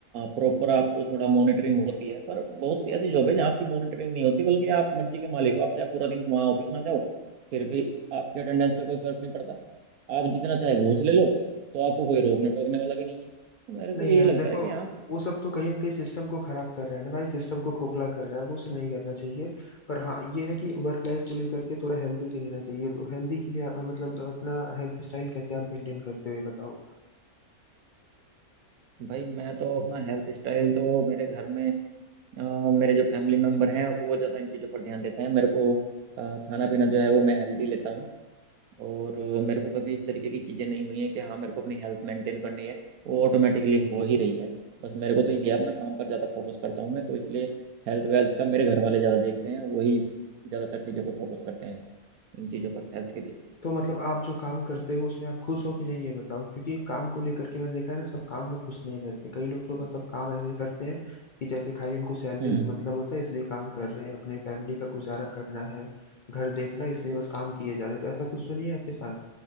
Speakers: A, on the right (about 75°); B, on the left (about 50°).
A: प्रॉपर आपको थोड़ा मॉनिटरिंग होती है पर बहुत सी ऐसी जॉब है जहाँ आपकी मॉनिटरिंग नहीं होती बल्कि आप मर्जी के मालिक हो आप चाहे पूरा दिन वहाँ ऑफिस ना जाओ फिर भी आपके अटेंडेंस पे कोई फर्क नहीं पड़ता आप जितना चाहे घूस ले लो तो आपको कोई रोकने टोकने वाला भी नहीं है तो मेरे
B: नहीं
A: को ये
B: यार
A: लगता
B: देखो
A: है कि हाँ
B: वो सब तो कहीं ना कहीं सिस्टम को खराब कर रहा है ना भाई सिस्टम को खोखला कर रहा है वो सब नहीं करना चाहिए पर हाँ ये है कि वर्क लाइफ को लेकर के थोड़ा हेल्दी भी रहना चाहिए तो हेल्दी के लिए आप- मतलब अपना हेल्थ स्टाइल कैसे आप मेंटेन करते हो ये बताओ
A: भाई मैं तो अपना हेल्थ स्टाइल तो मेरे घर में अ, मेरे जो फैमिली मेम्बर हैं वो ज़्यादा इन चीज़ों पर ध्यान देते हैं मेरे को अ, खाना पीना जो है वो मैं हेल्दी लेता हूँ और अ, मेरे को कभी इस तरीके की चीज़ें नहीं हुई हैं कि हाँ मेरे को अपनी हेल्थ मेंटेन करनी है वो ऑटोमेटिकली हो ही रही है बस मेरे को तो ये है, अपना काम पर ज़्यादा फोकस करता हूँ मैं तो इसलिए हेल्थ वेल्थ का मेरे घर वाले ज़्यादा देखते हैं वही ज़्यादातर चीज़ों को फोकस करते हैं इन चीज़ों पर हेल्थ के
B: तो मतलब आप जो काम करते हो उसमें आप खुश हो कि नहीं ये बताओ क्योंकि काम को लेकर के मैंने देखा है ना सब काम में खुश नहीं रहते कई लोग तो मतलब काम ऐसे करते हैं कि जैसे खाली उनको सैलरी
A: लिए
B: से मतलब होता है इसलिए काम कर रहे हैं अपने फैमिली का गुजारा करना है घर देखना है, इसलिए बस काम किए जा रहे हैं तो ऐसा कुछ तो नहीं है आपके साथ